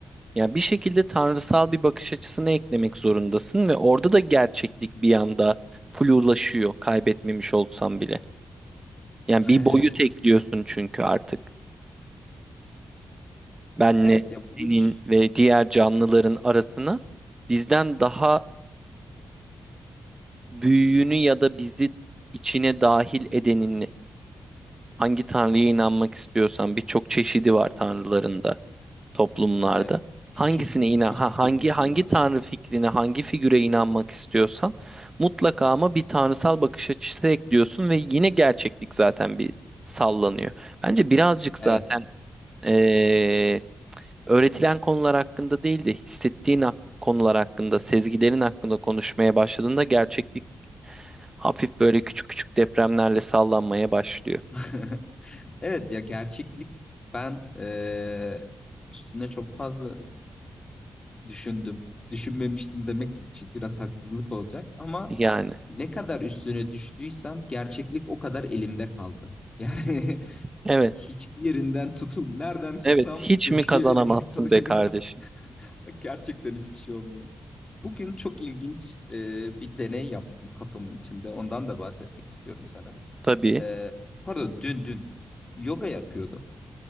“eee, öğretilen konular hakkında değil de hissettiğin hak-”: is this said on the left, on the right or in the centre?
Right